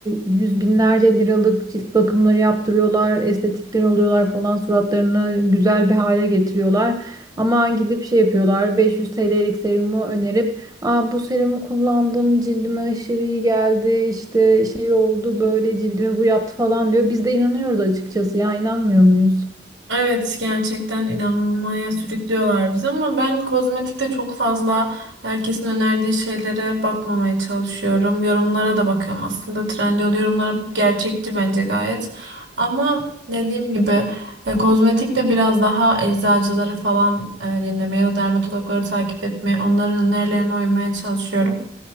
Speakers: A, on the right (about 20°); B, on the right (about 80°).
A: yüz binlerce liralık cilt bakımları yaptırıyorlar, estetikler oluyorlar falan suratlarını güzel bir hale getiriyorlar. Ama gidip şey yapıyorlar 500 TL'lik serumu önerip Aa, bu serumu kullandım cildime aşırı iyi geldi işte şey oldu böyle cildime bu yaptı falan diyor. Biz de inanıyoruz açıkçası ya inanmıyor muyuz?
B: Evet gerçekten inanmaya sürüklüyorlar bizi ama ben kozmetikte çok fazla herkesin önerdiği şeylere bakmamaya çalışıyorum. Yorumlara da bakıyorum aslında. Trendyol yorumlara gerçekçi bence gayet. Ama dediğim gibi e, kozmetikte biraz daha eczacıları falan e, dinlemeye ya da dermatologları takip etmeye, onların önerilerine uymaya çalışıyorum.